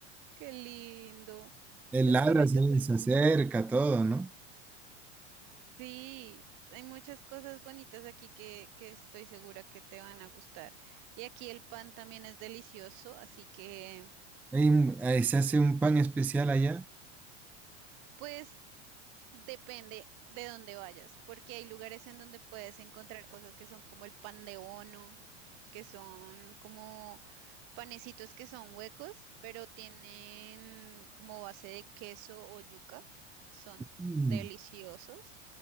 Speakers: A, on the right; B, in the centre.
A: Qué lindo.
B: Él
A: Los
B: ladra,
A: perritos
B: se
A: duermen.
B: se acerca, todo, ¿no?
A: Sí, hay muchas cosas bonitas aquí que, que estoy segura que te van a gustar. Y aquí el pan también es delicioso, así que
B: Hay un- eh, se hace un pan especial allá.
A: pues Depende de dónde vayas, porque hay lugares en donde puedes encontrar cosas que son como el pan de bono, que son como panecitos que son huecos, pero tienen como base de queso o yuca. Son
B: Mm.
A: deliciosos.